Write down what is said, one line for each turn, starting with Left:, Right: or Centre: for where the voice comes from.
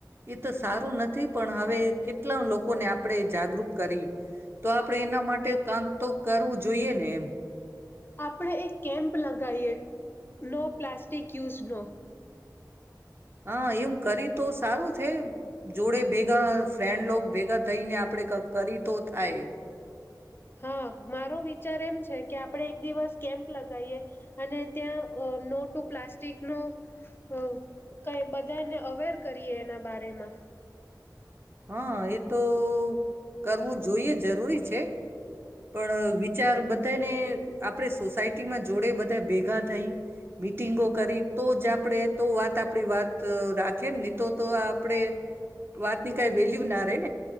Right: એ તો સારું નથી પણ હવે... કેટલા લોકોને આપળેજ... જાગરૂક કરી. તો આપણેે એના માટે કામ તો કરવું જોઈએ ને એમ.
Left: આપણે એક કેમ્પ લગાવીએ નો પ્લાસ્ટિક યુઝ નો...
Right: હા એમ કરી તો સારું... થે જોડે ભેગા ફ્રેન્ડ લોગ ભેગા થઈને આપણે કરી તો થાય.
Left: હા મારો વિચાર એમ છે કે આપડે એક દિવસ કેમ લગાઈએ અને... ત્યાં નો ટુ પ્લાસ્ટિક નો <unintelligible> બધાને અવેર કરીએ એના બમાં
Right: હા એ તો કરવું જોઈએ જરૂરી છે. પણ વિચાર બધાને આપણે સોસાયટીમાં જોડે બધા ભેગા થઈ મીટિંગો કરી તો જ આપણેે તો વાત આપણી વાત <unintelligible> હી તો તો આપણેે વાત ની કઈ <unintelligible> ના <inaudible>